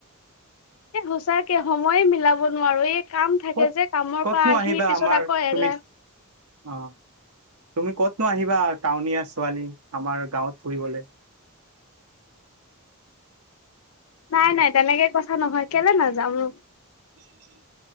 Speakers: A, on the left; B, on the right.
A: এ সঁচাকে সময়ে মিলাব নোৱাৰো, এই - কাম থাকে
B: ক'ত
A: যে কামৰ
B: ক'তনো
A: পৰা আহি
B: আহিবা
A: পিছত
B: আমাৰ
A: আকৌ
B: তুমি
A: এলেহ -
B: অ। তুমি ক'তনো আহিবা টাউনীয়া ছোৱালী আমাৰ গাঁৱত ফুৰিবল!
A: নাই নাই তেনেকে কথা নহয় কেলে নাযাম নো!
B: <unintelligible>